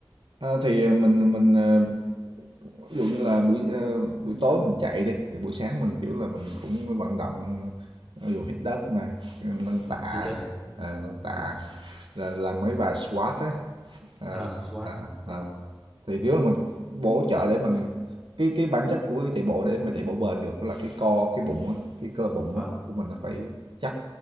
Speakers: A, on the right; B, in the centre.
A: À, thì mình mình ờ, Ví dụ như là buổi, ờ, buổi tối mình chạy đi, thì buổi sáng mình, kiểu là, mình cũng vận động, ví dụ hít đất nè, ờ, nâng
B: vâng
A: tạ
B: hít đất
A: nè,
B: này
A: ờ, nâng tạ
B: vâng
A: nè, rồi làm mấy bài squat á, ờ,
B: à squat
A: ờ,
B: vâng
A: ờ. Thì, kiểu là, mình bổ trợ để mình cái cái bản chất của chạy bộ để mà chạy bộ bền được là cái co, cái bụng á, cái cơ bụng
B: vâng
A: á của mình nó phải chắc,